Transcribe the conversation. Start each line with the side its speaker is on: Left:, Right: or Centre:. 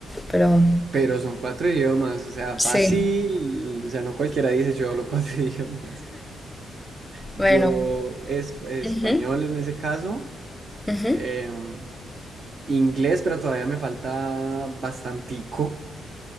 Centre: Pero
Right: Pero son cuatro idiomas, o sea,
Centre: sí,
Right: fácil, o sea, no cualquiera dice yo hablo cuatro <laughs> idiomas. Yo
Centre: bueno.
Right: es español
Centre: Ujú,
Right: en ese caso,
Centre: ujú.
Right: em, inglés, pero todavía me falta bastantico,